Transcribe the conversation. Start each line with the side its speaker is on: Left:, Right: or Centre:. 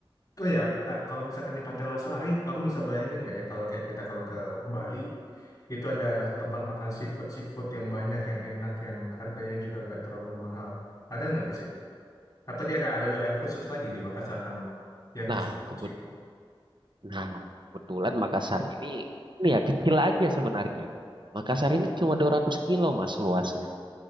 Left: oh ya, bentar. Kalau misalkan di Pantai Losari, aku bisa bayangin nggak ya kalau kayak kita kalau ke Bali, itu ada tempat makan seafood-seafood yang banyak, yang enak, yang harganya juga nggak terlalu mahal. Ada nggak di situ? Atau dia ada ada wilayah khusus lagi di Makassar sana yang
Right: Nah,
Left: khusus
Right: kebut
Left: seafood?
Right: nah, kebetulan Makassar ini ini ya kecil aja sebenarnya. Makassar ini cuma 200 kilo Mas luasnya.